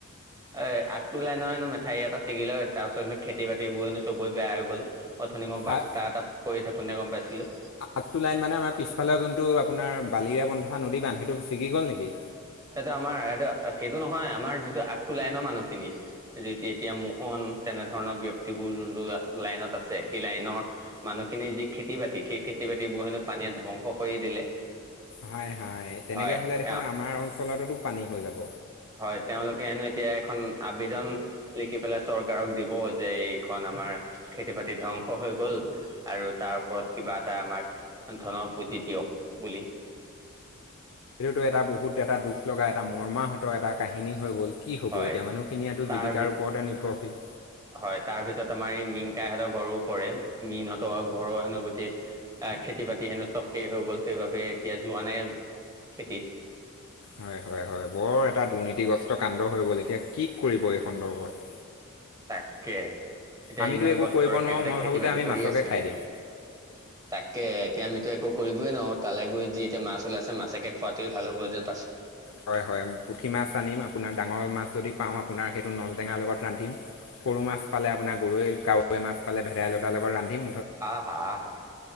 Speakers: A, on the right; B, on the left.
A: এ আগটো লাইন হেনো মাঠাওৰী এটা ছিগিলে অ তাৰপিছত খেতি- বাতিবোৰ হেনো চবৰে বেয়া হৈ গ'ল। অথনি মই বাৰ্তা
B: আ
A: এটা কৰি থাকোনে গম পাইছিলোঁ।
B: আগটো লাইন মানে আমাৰ পিছফালৰ যোনটো আপোনাৰ বালিয়ে বন্ধা নদী বান্ধ সেইটো ছিগি গ'ল নেকি
A: সেইটো আমাৰ সেটো সেইটো নহয় আমাৰ যিটো আগটো লাইনৰ মানুহখিনি। যে এতি এতিয়া মোহন তেনেধৰণৰ ব্যক্তিবোৰ যোনটো আছে লাইনত আছে সেই লাইনৰ। মানুহখিনিৰ যি খেতি- বাতি সেই খেতি- বাতিবোৰ হেনো পানীয়ে ধ্বংস কৰি দিলে।
B: হয় হয় তেনেকে
A: হয়
B: হ'লে দেখোন আমাৰ অঞ্চলতো পানী হৈ যাব।
A: হয় তেওঁলোকে হেনো এতিয়া এখন আবেদন লিখি পেলাই চৰকাৰক দিব যে এই খন আমাৰ খেতি বাতি ধ্বংস হৈ গ'ল আৰু তাৰ ওপৰত কিবা এটা আমাক ধনৰ পুঁজি দিয়ক বুলি
B: সেইটোতো এটা বহুত এটা দুখ লগা এটা মৰ্মাহত এটা কাহিনী হৈ গ'ল কি হ'ব
A: হয়
B: এতিয়া মানুহখিনিয়েটো
A: তাৰ
B: জীৱিকাৰ
A: ভিত
B: ওপৰতে নিৰ্ভৰশীল।
A: হয় তাৰ ভিতৰত আমাৰ এই মীন কাইহঁতৰ ঘৰও পৰে মীনহঁতৰ ঘৰৰ হেনো গোটেই। আ খেতি বাতি হেনো চব শেষ হৈ গ'ল সেইবাবে এতিয়া যোৱা নাই খেতিত
B: হয় হয় হয় বৰ এটা দুৰ্নীতিগ্ৰস্ত কাণ্ড হৈ গ'ল এতিয়া কি কৰিব এই সন্দৰ্ভত
A: তাকে এতিয়া
B: আমিতো
A: ইমান
B: একো
A: কষ্টৰে
B: কৰিব নোৱাৰোঁ
A: সিঁহতে
B: মই
A: খেতি
B: ভাবোঁ যে
A: বাতি
B: আমি
A: কৰি
B: মাছকে
A: আছিল
B: খাই দিওঁ
A: তাকে এতিয়া আমিতো একো কৰিবই নোৱাৰো তালৈ গৈ যি এতিয়া মাছ ওলাইছে মাছকে খোৱাতোৱে ভাল হ'ব যেন পাইছো
B: হয় হয় পুঠি মাছ আনিম আপোনাৰ ডাঙৰ মাছ যদি পাওঁ আপোনাৰ সেইটো নলটেঙাৰ লগত ৰান্ধিম সৰু মাছ পালে আপোনাৰ গৰৈ, কাৱৈ, মাছ পালে ভেদাইলতাৰ লগত ৰান্ধিম
A: আহ আহ